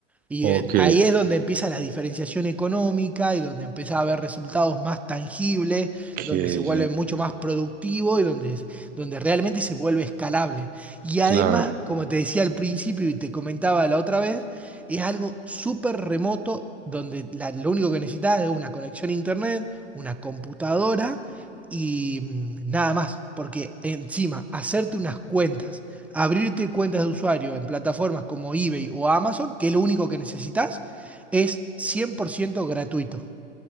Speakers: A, in the centre; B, on the right.
A: Y
B: ok,
A: eh, ahí es donde empieza la diferenciación económica y donde empieza a haber resultados más tangibles,
B: qué
A: donde se
B: bien,
A: vuelve mucho más productivo y donde, se- donde realmente se vuelve escalable. Y
B: claro.
A: además, como te decía al principio y te comentaba la otra vez, es algo súper remoto donde la- lo único que necesitas es una conexión a internet, una computadora y mm, nada más. Porque encima, hacerte unas cuentas abrirte cuentas de usuario en plataformas como eBay o Amazon, que es lo único que necesitas, es 100% gratuito.